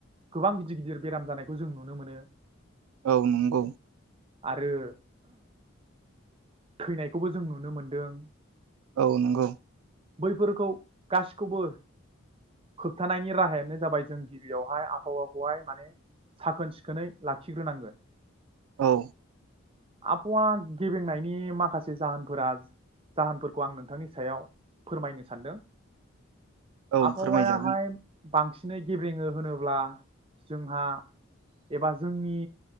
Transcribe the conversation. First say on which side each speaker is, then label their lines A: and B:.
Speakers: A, on the right; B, on the right.
A: गोबां गिदिर गिदिर बेराम जानायखौ जों नुनो मोनो।
B: औ नंगौ।
A: आरो थैनायखौबो जों नुनो मोनदों।
B: औ नंगौ।
A: बैफोरखौ गासिखौबो होबथानायनि राहायानो जाबाय जों गिबियावहाय आबहावाखौहाय माने साखोन सिखोनै लाखिग्रोनांगोन।
B: औ।
A: आबहावा गेबेंनायनि माखासे जाहोनफोरा जाहोनफोरखौ आं नोंथांनि सायाव फोरमायनो सानदों
B: औ
A: आबहावायाहाय
B: फोरमायजागोन
A: बांसिनै गेब्रेङो होनोब्ला जोंहा एबा जोंनि